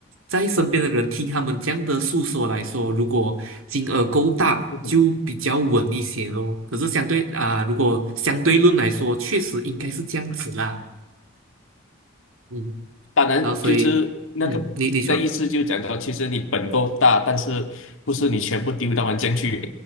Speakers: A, on the right; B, on the left.
A: 在身边的人听他们这样的诉说来说，如果金额够大，
B: 嗯哼，
A: 就比较稳一些咯。可是相对啊、如果相对论来说，确实应该是这样子啦。嗯，
B: 当然就是那个那意思就讲到，
A: 然后所以，嗯，你你说
B: 其实你本够大，但是不是你全部丢到环境去，